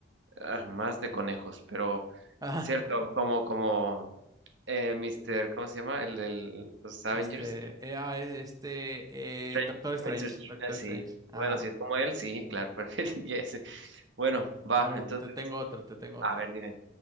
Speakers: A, on the right; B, on the right.
A: ah, más de conejos, pero
B: <laughs>
A: cierto, como, como, eh, Mr., ¿cómo se llama? El de los Avengers.
B: Este, era este,
A: Strange,
B: eh, Doctor Strange,
A: Mr. Str-
B: Doctor
A: eh,
B: Strange.
A: sí.
B: Ajá.
A: Bueno, si es como él, sí, claro, <laughs> preferiría ese. Bueno, va,
B: A ver,
A: entonces,
B: te tengo otro, te tengo
A: a
B: otro.
A: ver, dime.